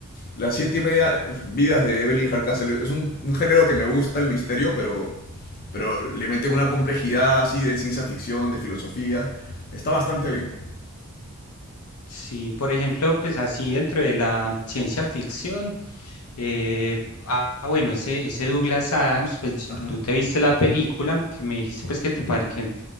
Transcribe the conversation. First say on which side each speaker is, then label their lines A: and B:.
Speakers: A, on the left; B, on the left.
A: Las siete y media vidas de Evelyn Hardcastle. Es un, un género que me gusta, el misterio, pero, pero le meten una complejidad así de ciencia ficción, de filosofía. Está bastante bien.
B: Sí, por ejemplo, pues así dentro de la ciencia ficción, eh, ah, bueno, ese, ese Douglas Adams, pues yo-
A: Ajá.
B: tú te viste la película, que me dijiste pues que te, pare- que